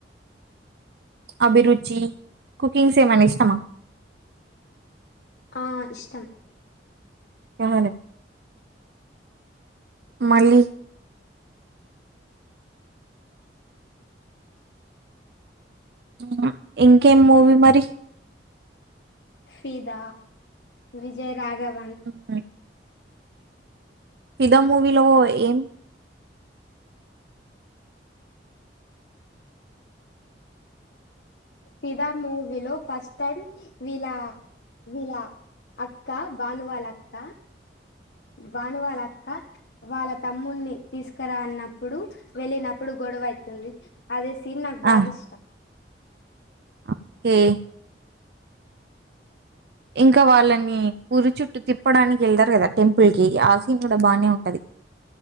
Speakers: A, on the right; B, on the left.
A: అభిరుచి కుకింగ్ ఏమన్నా ఇష్టమా
B: ఆ ఇష్టం
A: ఏమనీ మళ్ళీ అవునా ఇంకేం మూవీ మరి
B: ఫీదా విజయ రాఘవ్
A: హ్మ ఫిదా మూవీలో ఏం
B: ఫిదా మూవీ లో ఫస్ట్ టైం వీల విలా అక్క భానువాల అక్క భానువాళక్క వాళ్ళ తమ్ముని తీసుకరా అన్నప్పుడు వెళ్ళినప్ ఇప్పుడు గొడవ అయితుంది అదే సీన్ నాక్ బాగా
A: ఆ
B: ఇష్టం
A: ఓకే ఇంకా వాళ్ళని ఉరి చుట్టూ తిప్పడానికి ఏళ్తారు కదా టెంపుల్ కి ఆసీన్ కూడా బానే ఉంటది